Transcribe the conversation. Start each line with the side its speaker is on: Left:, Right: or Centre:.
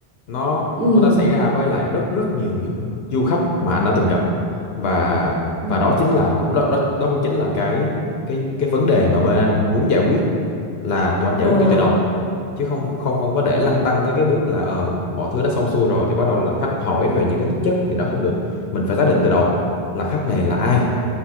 Left: nó
Centre: ừ
Left: nó đã xảy ra với lại rất rất nhiều những du khách mà anh đã từng gặp và
Centre: Ừ.
Left: và đó chính là cũng đó đó đó cũng chính là cái cái cái vấn đề mà bên anh muốn giải quyết là tụi anh giải
Centre: à
Left: quyết ngay từ đầu chứ không không không có để lăn tăn tới cái bước là ờ mọi thứ đã xong xuôi rồi thì bắt đầu là khách hỏi về những cái tính chất thì nó không được mình phải xác định từ đầu là khách này là ai